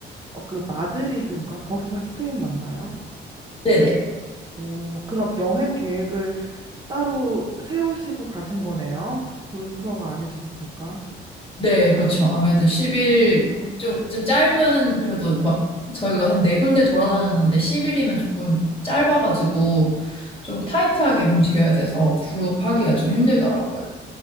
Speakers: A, on the right; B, on the left.
A: 어, 그 마드리드인가? 거기가 스페인 맞나요?
B: 네네.
A: 어, 그럼 여행 계획을 따로 세우시고 가신 거네요? 그 그룹 투어가 아니셨으니까.
B: 네, 그렇죠. 아무래도 10일
A: 어,
B: 좀,
A: 네.
B: 좀 짧은 그래도 막 저희가 한 네 군데 돌아다녔는데 10일이면 조금 짧아가지고 조금 타이트하게 움직여야 돼서 그룹 하기가 좀 힘들더라고요.